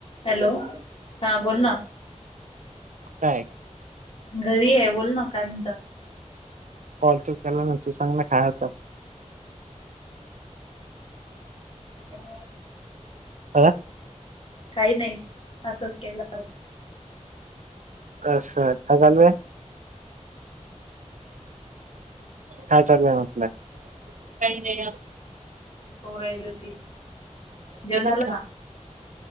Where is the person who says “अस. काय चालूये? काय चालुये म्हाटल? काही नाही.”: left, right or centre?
Right